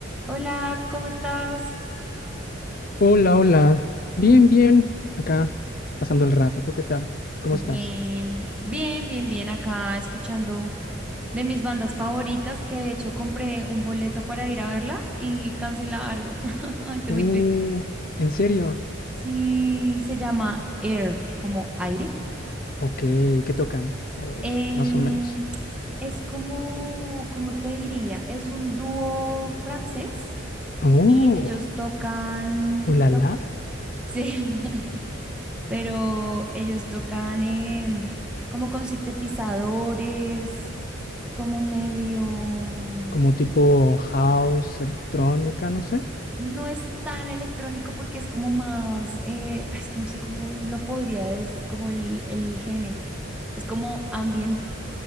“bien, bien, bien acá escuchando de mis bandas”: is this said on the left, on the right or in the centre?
Centre